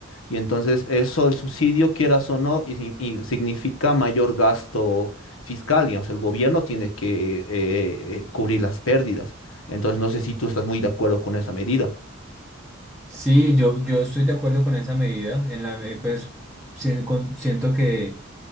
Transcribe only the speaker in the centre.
Sí, yo, yo estoy de acuerdo con esa medida. En la, eh, pues sien- con- siento que